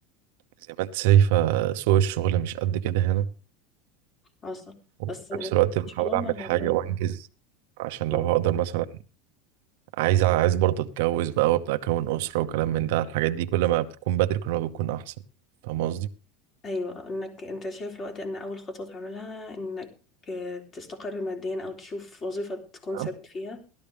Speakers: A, on the right; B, on the left.
A: زي ما انت شايفة سوق الشغل مش قد كده هنا
B: عصب
A: وفي
B: بس ان
A: نفس الوقت بحاول
B: شاء الله
A: أعمل
B: ما ما-
A: حاجة وأنجز عشان لو
B: آه.
A: هقدر مثلا عايز عايز برضه أتجوز بقى وأبدأ أكون أسرة وكلام من ده الحاجات دي كل ما بتكون بدري كل ما بتكون أحسن فاهم قصدي؟
B: ايوه انك انت شايف الوقت ان اول خطوه تعملها انك تستقر ماديا او تشوف وظيفه تكون ثابت
A: آه،
B: فيها